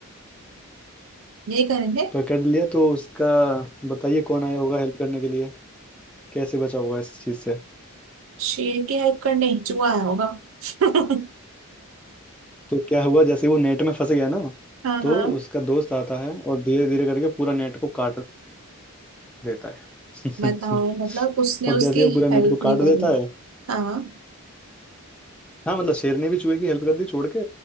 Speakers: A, on the right; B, in the centre.
A: यही करेंगे
B: पकड़ लिया तो उसका बताइए कौन आया होगा हेल्प करने के लिए कैसे बचा होगा इस चीज से
A: शेर की हेल्प करने चूहा आया होगा <laughs>
B: तो क्या हुआ जैसे वो नेट में फंस गया ना
A: हाँ
B: तो
A: हाँ
B: उसका दोस्त आता है और धीरे धीरे करके पूरा नेट को काट देता है
A: बताओ
B: <laughs>
A: मतलब उसने
B: और
A: उसकी
B: जैसे ही वो पूरा नेट
A: हेल्प
B: को
A: नहीं
B: काट देता
A: करी
B: है
A: हाँ
B: हाँ मतलब शेर ने भी चूहे की हेल्प कर दी छोड़ के